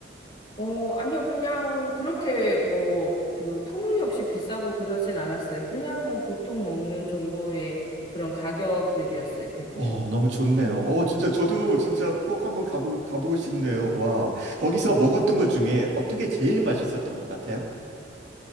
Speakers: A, on the left; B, on the right.
A: 어, 아니요, 그냥 그렇게 뭐 그 터무니없이 비싸고 그러진 않았어요. 그냥 뭐 보통 먹는 정도의 그런 가격들이었어요, 대부분.
B: 어, 너무 좋네요. 어, 진짜 저도 진짜 꼭 한번 가보, 가보고 싶네요. 와, 거기서 먹었던 것 중에 어떤 게 제일 맛있었던 것 같아요?